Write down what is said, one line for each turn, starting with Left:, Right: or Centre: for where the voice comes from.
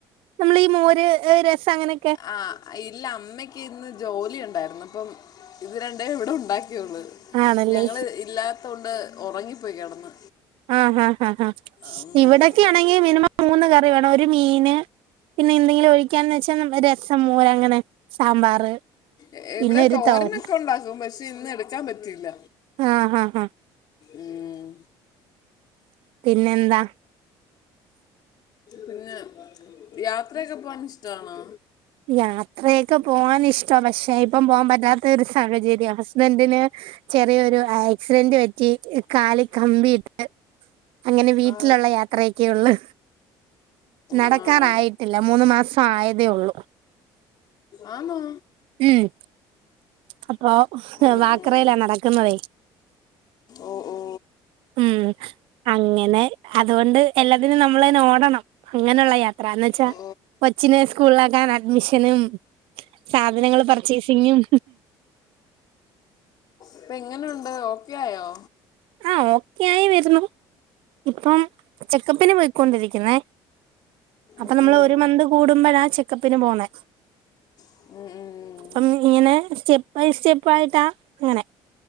Right: നമ്മളീ മോര്, രസം അങ്ങനെക്കെ.
Left: ആ ഇല്ല അമ്മയ്ക്ക് ഇന്ന് ജോലി ഒണ്ടായിരുന്ന്, പ്പം ഇത് രണ്ടേ ഇവിടെ ഉണ്ടാക്കിയുള്ള്.
Right: ആണല്ലേ
Left: ഞങ്ങള് ഇല്ലാത്തോണ്ട് ഒറങ്ങിപ്പോയി കെടന്ന്.
Right: ആഹ് ഹാ ഹാ
Left: ഉം.
Right: ഇവിടാക്കൊണെങ്കി മിനിമം മൂന്ന് കറി വേണം. ഒരു മീന് പിന്നെ എന്തെങ്കിലും ഒഴിക്കാന്ന് വെച്ചാ രസം മോര് അങ്ങനെ സാമ്പാറ്.
Left: ഏഹ്
Right: പിന്നെ
Left: ഇവിടെ
Right: ഒരു
Left: തോരനൊക്കെ
Right: തോരൻ
Left: ഉണ്ടാക്കും പഷെ ഇന്ന് എട്ക്കാൻ പറ്റീല്ല.
Right: ആഹ് ആ ആ.
Left: ഉം.
Right: പിന്നെന്താ
Left: പിന്നെ യാത്രക്കെ പോവാൻ ഇഷ്ടാണോ?
Right: യാത്രയൊക്കെ പോവാൻ ഇഷ്ട പക്ഷെ ഇപ്പം പോവാ പറ്റാത്ത ഒരു സാഹചര്യ ഹസ്ബന്റിന് ചെറിയൊരു ആക്സിഡന്റ് പറ്റി കാലിൽ കമ്പിട്ട് അങ്ങനെ വീട്ടിലുള്ള
Left: ആ
Right: യാത്രയൊക്കെ ഒള്ള്. നടക്കാറായിട്ടില്ല
Left: ആ
Right: മൂന്ന് മാസം ആയതേ ഒള്ളൂ.
Left: ആന്നോ?
Right: ഉം അപ്പൊ ആ
Left: ഉം
Right: വാക്കറേലാ
Left: ഉം.
Right: നടക്കുന്നതേ.
Left: ഓ ഓ
Right: ഉം ക് അങ്ങനെ അതുകൊണ്ട് എല്ലാത്തിനും നമ്മളന്നെ ഓടണം അങ്ങനെള്ള യാത്ര ന്ന് ച്ചാ
Left: ഓ
Right: കൊച്ചിനെ സ്കൂളാക്കാൻ അഡ്മിഷനും സാധനങ്ങൾ പർച്ചേസിങ്ങും
Left: ഇപ്പ എങ്ങനുണ്ട് ഓക്കെ ആയോ?
Right: ആ ഓക്കെ ആയി വരുന്നു ഇപ്പം ചെക്കപ്പിന് പോയിക്കൊണ്ടിരിക്കുന്നേ. അപ്പൊ
Left: ഉം
Right: നമ്മള്
Left: ഉം.
Right: ഒരു മന്ത് കൂടുമ്പോഴാ ചെക്കപ്പിന് പോണേ.
Left: മ് മ് മ്.
Right: പ്പം ഇങ്ങനെ സ്റ്റെപ്പ് ബൈ സ്റ്റെപ്പ ആയിട്ടാ അങ്ങനെ.